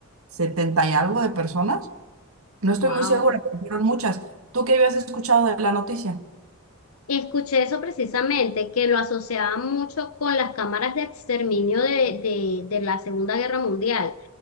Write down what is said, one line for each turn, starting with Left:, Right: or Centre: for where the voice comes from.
Right: setenta y algo de personas. No estoy
Left: wow.
Right: muy segura, pero fueron muchas. ¿Tú qué habías escuchado de la noticia?
Left: Escuché eso precisamente, que lo asociaban mucho con las cámaras de exterminio de, de, de la Segunda Guerra Mundial,